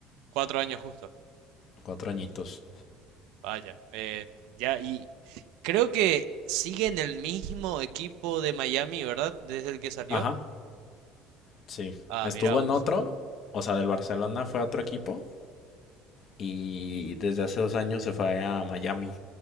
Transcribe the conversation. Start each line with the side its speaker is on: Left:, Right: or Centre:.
Right: Cuatro años justo.
Left: cuatro añitos.
Right: Vaya. eh, ya, y, Creo que sigue en el mismo equipo de Miami, ¿verdad? Desde el que salió.
Left: Ajá, Sí.
Right: Ah,
Left: Estuvo
Right: mira vos.
Left: en otro, o sea, del Barcelona fue a otro equipo y desde hace dos años se fue a Miami